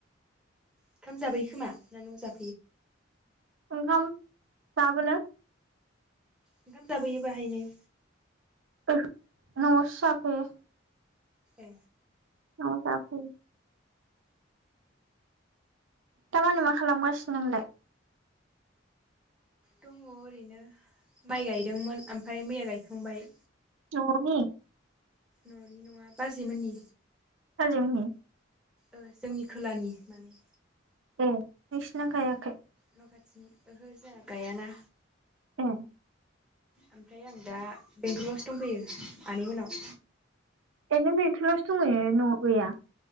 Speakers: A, in the centre; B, on the right (about 75°).
A: ओंखाम जाबाय‌ खोमा ना न
B: ओंखाम जाबोनो
A: ओंखाम जाबोयो बाहायनो
B: ओहो न'आवसो जाफैयो।
A: ए
B: औ जाफै दामानि मा खालामगासिनो नोंलाय
A: दङ ओरैनो माइ गायदोंमोन ओमफ्राय मैया गायखांबाय
B: न'नि <unintelligible>
A: न'नि नङा बाजैमोननि
B: बाजैमोननि
A: ओ जोंनि खोलानि माने
B: ए नोंसिना गायाखै
A: न' खाथिनि ओहो जोंहा गायाना
B: उम <inaudible>
A: ओमफ्राय आं दा बेंथलावसो दंफैयो आनै मोननाव
B: ए नों बेंटल आवसो दंहैयो न'आव गैया